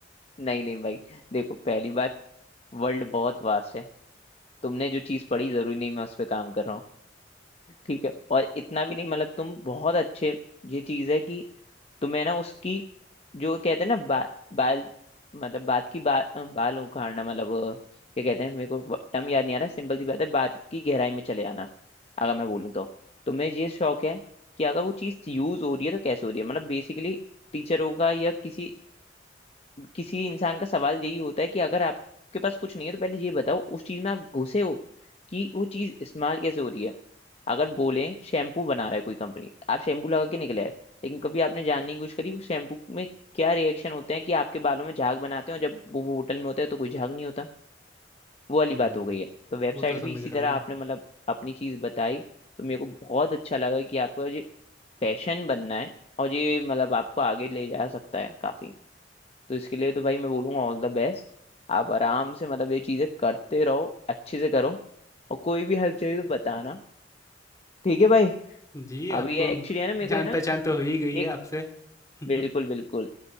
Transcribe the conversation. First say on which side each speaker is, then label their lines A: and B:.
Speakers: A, on the left; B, on the left.
A: नहीं नहीं भाई देखो पहली बात वर्ल्ड बहुत वास्ट है तुमने जो चीज पढ़ी जरूरी नहीं मैं उस पर काम कर रहा हूँ ठीक है और इतना भी नहीं मतलब तुम बहुत अच्छे ये चीज है कि तो मैं ना उसकी जो कहते हैं ना बा, बाल मतलब बात की बा, बाल उखाड़ना मतलब अ, क्या कहते हैं मेरे को टर्म याद नहीं आ रहा सिंपल सी बात है बात की गहराई में चले जाना अगर मैं बोलूँ तो तो मैं ये शौक है कि अगर वो चीज़ यूज हो रही है तो कैसे हो रही है मतलब बेसिकली टीचर होगा या किसी किसी इंसान का सवाल यही होता है कि अगर आपके पास कुछ नहीं है तो पहले ये बताओ उस चीज में आप घुसे हो कि वो चीज इस्तेमाल कैसे हो रही है अगर बोले शैम्पू बना रहा है कोई कंपनी आप शैम्पू लगा के निकले आए लेकिन कभी आपने जानने की कोशिश करी उस शैम्पू में क्या रिएक्शन होते हैं कि आपके बालों में झाग बनाते हैं और जब वो होटल में होता है तो कोई झाग नहीं होता वो वाली
B: हम्म,
A: बात हो गई है तो वेबसाइट
B: वो तो समझ
A: भी इसी
B: रहा
A: तरह
B: हूँ
A: आपने मतलब अपनी चीज बताई तो मेरे को बहुत अच्छा लगा कि आपका ये पैशन बनना है और ये मतलब आपको आगे ले जा सकता है काफी तो इसके लिए तो भाई मैं बोलूंगा ऑल द बेस्ट आप आराम से मतलब ये चीजें करते रहो अच्छे से करो और कोई भी हेल्प चाहिए तो बताना ठीक है भाई
B: जी
A: अभी
B: आपको
A: ये एक्चुअली
B: अब
A: है ना मेरे को
B: जान
A: है ना
B: पहचान तो हो ही गई है
A: एक
B: आपसे <laughs>
A: बिल्कुल बिल्कुल